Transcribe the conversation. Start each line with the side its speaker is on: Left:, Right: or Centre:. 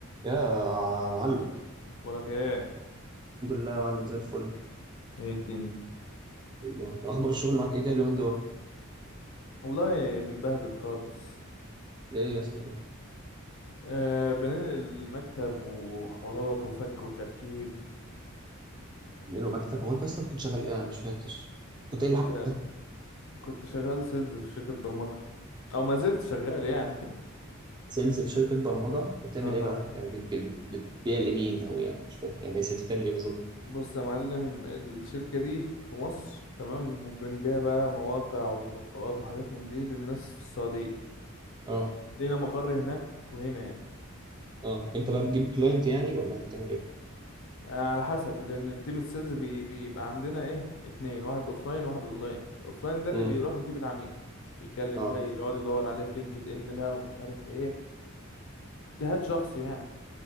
Right: يا معلم
Left: وراك ايه
Right: الحمد لله يا معلم زي الفل
Left: ايه الدنيا
Right: والله. انت اخبار الشغل معاك ايه كده اليومين دول
Left: والله متبهدل خالص
Right: ليه يا اسطى كده
Left: أه بننقل المكتب وحوارات وفك وتركيب
Right: له مكتب هو انت اصلا كنت شغال ايه انا مش فاكر كنت قايل
Left: كنت
Right: لي حاجه
Left: كنت شغال سيلز في شركة برمجة او ما زلت شغال يعني
Right: سيلز في شركه برمجه انت بتعمل
Left: <laughs> اه
Right: ايه بقى يعني بت- بت- بت- بتبيع لمين او يعني مش فاهم يعني ايه سيلز بتعمل ايه بالظبط
Left: بص يا معلم الشركة دي في مصر تمام وبنبيع بقى مواقع وتطبيقات وحاجات من دي للناس في السعودية
Right: اه
Left: لينا مقر هناك وهنا يعني
Right: اه انت بقى بتجيب كلاينت يعني ولا انت بتعمل ايه
Left: على حسب لان التيم السيلز بي بيبقى عندنا ايه اتنين واحد اوفلاين وواحد اونلاين اوفلاين ده اللي
Right: امم
Left: بيروح يجيب العميل بيكلم
Right: اه
Left: بقى يقعد يدور عليه في لينكد ان بقى ومش عارف ايه اجتهاد شخصي يعني